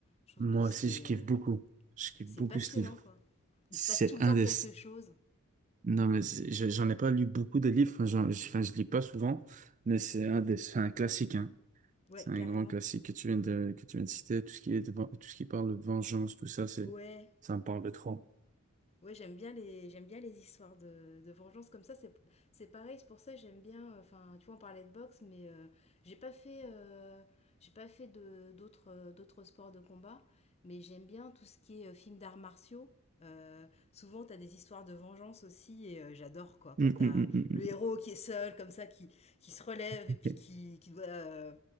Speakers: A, on the left; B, on the right.
A: Je trouve
B: Moi
A: que c'est
B: aussi, je kiffe
A: euh,
B: beaucoup. Je kiffe
A: c'est
B: beaucoup
A: passionnant,
B: ce livre.
A: quoi.
B: C'est
A: Il se passe tout le
B: un
A: temps
B: des,
A: quelque chose.
B: Non, mais c'est- je- j'en ai pas lu beaucoup de livres, enfin, j'en- je, enfin, je lis pas souvent, mais c'est un des, c'est un classique, hein.
A: Ouais,
B: C'est un
A: carrément.
B: grand classique que tu viens de, que tu viens de citer, tout ce qui est de ven- tout ce qui parle de vengeance, tout ça, c'est,
A: Ouais.
B: ça me parle de trop.
A: Oui, j'aime bien les j'aime bien les histoires de, de vengeance comme ça. C'est c'est pareil, c'est pour ça que j'aime bien. Enfin, tu vois, on parlait de boxe, mais euh, j'ai pas fait euh, j'ai pas fait de d'autres euh, d'autres sports de combat, mais j'aime bien tout ce qui est euh, film d'arts martiaux. Euh, souvent, t'as des histoires de vengeance aussi, et euh, j'adore quoi.
B: Hum,
A: Quand t'as
B: hum, hum, hum, hum.
A: le héros qui est seul, comme ça, qui qui se relève
B: Ok.
A: et puis qui qui doit euh,